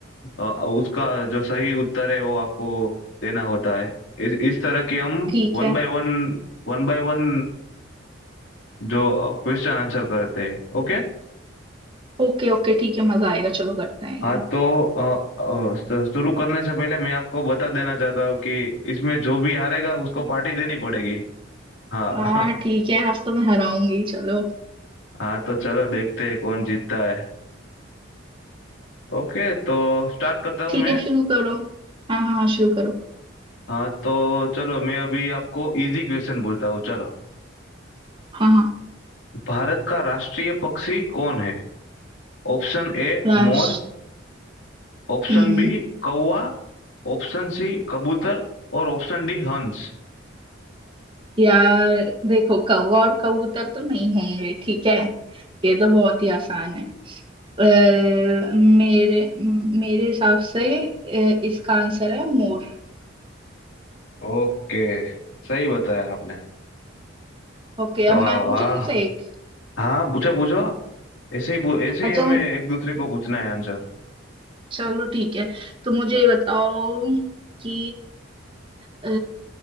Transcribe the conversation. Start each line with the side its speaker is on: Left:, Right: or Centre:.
Left: अ, उसका जो सही उत्तर है वो आपको देना होता है इस इस तरह के हम
Right: ठीक
Left: one
Right: है
Left: by one one by one जो क्वेश्चन आंसर करते हैं ओके
Right: ओके ओके ठीक है मजा आएगा चलो करते हैं यही
Left: हाँ तो अ, अ, स- शुरू करने से पहले मैं आपको बता देना चाहता हूँ कि इसमें जो भी हारेगा उसको पार्टी देनी पड़ेगी हाँ <laughs>
Right: हाँ ठीक है आज तो मैं हराऊंगी चलो
Left: हाँ तो चलो देखते हैं कौन जीतता है ओके तो स्टार्ट करता
Right: ठीक
Left: हूँ मैं
Right: है शुरू करो हाँ हाँ शुरू करो
Left: हाँ तो चलो मैं अभी आपको इजी क्वेश्चन बोलता हूँ चलो
Right: हाँ हाँ
Left: भारत का राष्ट्रीय पक्षी कौन है ऑप्शन ए
Right: लास्ट
Left: मोर ऑप्शन
Right: हम्म
Left: बी कौवा ऑप्शन सी कबूतर और ऑप्शन डी हंस
Right: यार देखो कौवा और कबूतर तो नहीं होंगे ठीक है ये तो बहुत ही आसान है अ, मेरे म- मेरे हिसाब से अ, इसका आंसर है मोर
Left: ओके सही बताया आपने
Right: ओके
Left: वाह
Right: अब मैं पूछू
Left: वाह
Right: तुमसे एक
Left: हाँ पूछो पूछो ऐसे ही पू- ऐसे ही
Right: अच्छा
Left: हमें
Right: मु-
Left: एक दूसरे को पूछना है आंसर
Right: चलो ठीक है तो मुझे ये बताओ कि अ,